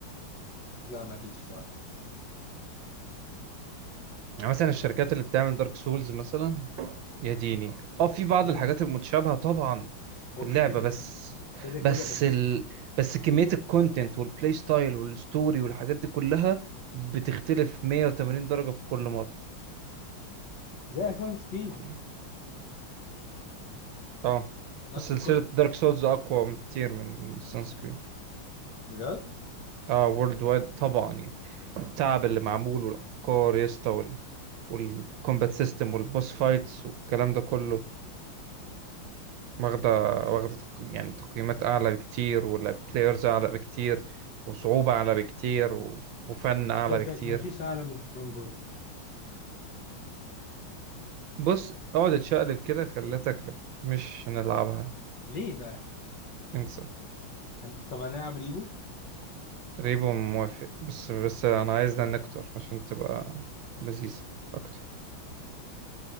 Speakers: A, on the left; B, on the right.
A: لا مفيش صراحه
B: يعني مثلا الشركات اللي بتعمل دارك سولز مثلا يا ديني اه في بعض
A: يا
B: الحاجات
A: لا
B: المتشابهة طبعا
A: هو
B: في اللعبة
A: كده كده
B: بس
A: يا ابني كده كده
B: بس
A: بس
B: ال... بس كمية الكونتنت والبلاي ستايل والستوري والحاجات دي كلها بتختلف 180 درجة في كل
A: ده اساس كريد
B: مرة اه
A: نفس
B: بس سلسلة
A: الكونسيبت
B: دارك سولز أقوى بكتير من السانسكرين
A: بجد
B: اه وورلد وايد طبعا يعني التعب اللي معمول والأفكار يا اسطى وال... والكومبات سيستم والبوس فايتس والكلام ده كله واخدة واخدة تق... يعني تقييمات أعلى بكتير والبلايرز أعلى بكتير وصعوبة أعلى بكتير و... وفن أعلى
A: فكك
B: بكتير
A: مفيش اعلى من سترونج هولد
B: بص اقعد اتشقلب كده خليها تاكلك مش هنلعبها
A: ليه بقى
B: انسى
A: هن- طب هنلعب ريبو
B: ريبو موافق بس بس انا عايز نان اكتر عشان تبقى لذيذة اكتر